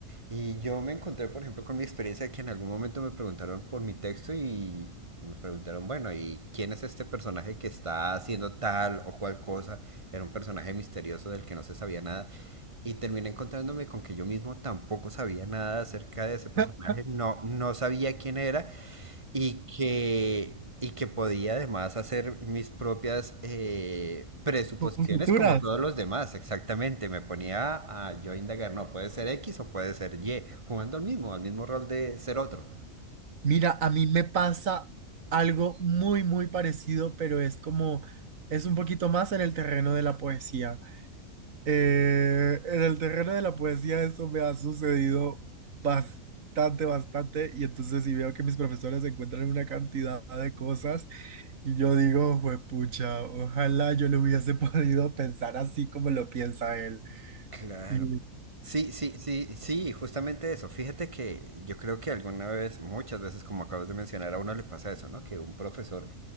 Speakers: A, on the right; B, on the right.
A: Y yo me encontré, por ejemplo, con mi experiencia de que en algún momento me preguntaron por mi texto y me preguntaron, bueno, ¿y quién es este personaje que está haciendo tal o cual cosa? Era un personaje misterioso del que no se sabía nada. Y terminé encontrándome con que yo mismo tampoco sabía nada acerca de ese personaje,
B: <laughs>
A: no, no sabía quién era y que, y que podía además hacer mis propias eh, presuposiciones
B: Futuras.
A: como todos los demás, exactamente. Me ponía a yo indagar, no, puede ser X o puede ser Y, jugando al mismo, al mismo rol de ser otro.
B: Mira, a mí me pasa algo muy, muy parecido, pero es como, es un poquito más en el terreno de la poesía. Eh, en el terreno de la poesía eso me ha sucedido bastante, bastante, y entonces si veo que mis profesores encuentran una cantidad de cosas y yo digo, juepucha, ojalá yo le hubiese <laughs> podido pensar así como lo piensa él.
A: Claro.
B: Y
A: Sí, sí, sí, sí, justamente eso. Fíjate que yo creo que alguna vez, muchas veces, como acabas de mencionar, a uno le pasa eso, ¿no? Que un profesor